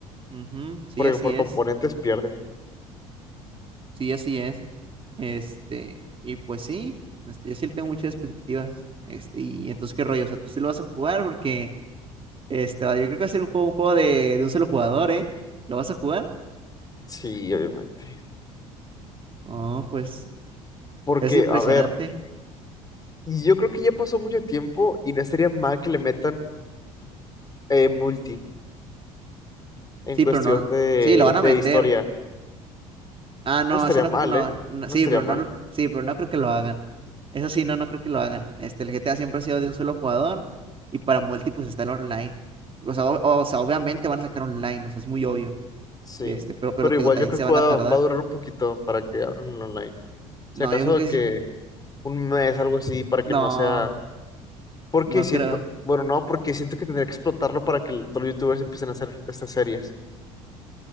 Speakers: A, on the right; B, on the left.
A: ujú, sí,
B: Porque
A: así
B: por componentes
A: es,
B: pierde.
A: sí, así es. Este, y pues sí, este, yo sí le tengo muchas expectativas. Este, y entonces, ¿qué rollo? O sea, tú sí lo vas a jugar porque, este, yo creo que va a ser un juego, un juego de, de un solo jugador, ¿eh? ¿Lo vas a jugar?
B: Sí, obviamente.
A: No, pues.
B: Porque,
A: Es impresionante.
B: a ver, y yo creo que ya pasó mucho tiempo y no estaría mal que le metan eh, multi en
A: Sí,
B: cuestión
A: pero no.
B: de,
A: Sí, lo van
B: de
A: a meter.
B: historia.
A: Ah, no,
B: No estaría
A: eso no
B: mal,
A: creo que lo
B: ¿eh?
A: No,
B: No
A: sí,
B: estaría
A: pero
B: mal,
A: no. Sí, pero no creo que lo hagan. Eso sí, no, no creo que lo hagan. Este, el GTA siempre ha sido de un solo jugador y para múltiples está el online. O sea, o, o sea, obviamente van a sacar online, o sea, es muy obvio.
B: sí.
A: Este, pero, pero
B: Pero
A: te
B: igual
A: digo, también
B: yo creo
A: se
B: que
A: van
B: va,
A: a tardar.
B: va a durar un poquito para que abran el online. Si
A: No,
B: acaso
A: yo creo que
B: que
A: sí-
B: un mes, algo así, para que
A: no,
B: no sea Porque
A: no
B: siento,
A: creo.
B: bueno, no, porque siento que tendría que explotarlo para que lo- todos los youtubers empiecen a hacer estas series.